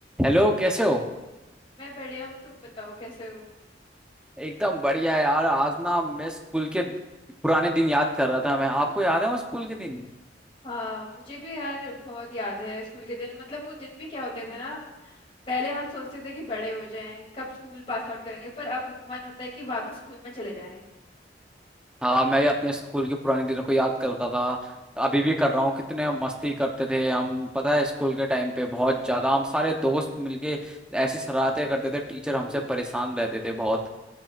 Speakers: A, in the centre; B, on the left.
A: Hello कैसे हो
B: मैं बढ़िया हूँ तुम बताओ कैसे हो
A: एकदम बढ़िया यार आज ना मैं स्कूल के पुराने दिन याद कर रहा था मैं आपको याद है वो स्कूल के दिन
B: हाँ मुझे भी यार बहुत याद है स्कूल के दिन मतलब वो दिन भी क्या होते थे ना पहले हम सोचते थे कि बड़े हो जाएं कब स्कूल पास आउट करेंगे पर अब मन होता है कि वापस स्कूल में चले जाएं
A: हाँ मैं भी अपने स्कूल के पुराने दिनों को याद करता था अभी भी कर रहा हूँ कितने हम मस्ती करते थे हम पता है स्कूल के टाइम पे बहुत ज्यादा हम सारे दोस्त मिलके ऐसी शरारतें करते थे टीचर हमसे परेशान रहते थे बहुत